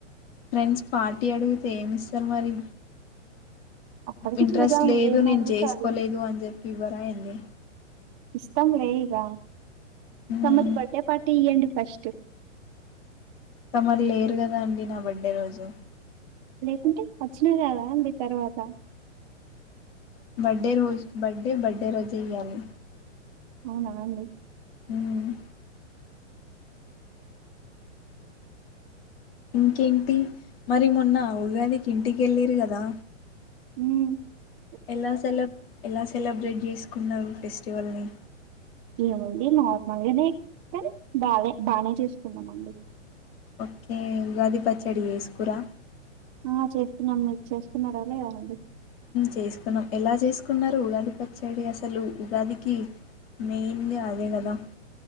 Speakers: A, on the left; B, on the right.
A: ఫ్రెండ్స్ పార్టీ అడిగితే ఏమి ఇస్తారు మరి
B: అప్పటికి
A: ఇంట్రెస్ట్
B: చూద్దాం
A: లేదు
B: ఏమడుగుతే
A: నేను చేసుకోలేదు
B: అది.
A: అని చెప్పి ఫీవరా ఏందీ
B: ఇస్తతంలే ఇగా
A: మ్మ్
B: తమరి బర్త్డేపార్టీ టీ యండి ఫస్ట్
A: తమర్ లేరు కదా అండి నా బర్డే రోజు
B: లేకుంటే వచ్చినా కదా అండి తర్వాత
A: బడ్డే రోజు బడ్డే బడ్డే రోజు ఇయ్యాలి
B: అవునా అండి
A: ఉమ్ ఇంకేంటి మరి మొన్న అవుగాదికి ఇంటికిళ్ళరు కదా
B: ఉమ్
A: ఎలా సెలెబ్ ఎలా సెలబ్రేట్ చేసుకున్నారు ఫెస్టివల్ని
B: ఏమండి నార్మల్గానే కానీ బాగా బాగానే చూసుకున్నామండి
A: ఓకే ఉగాది పచ్చడి వేసుకురా
B: ఆ చేస్తున్నాం మీరు చేసుకున్నారాలేదా అండి
A: చేసుకున్నాం ఎలా చేసుకున్నారు ఉగాది పచ్చడి అసలు ఉగాదికి మెయిన్గా అదే కదా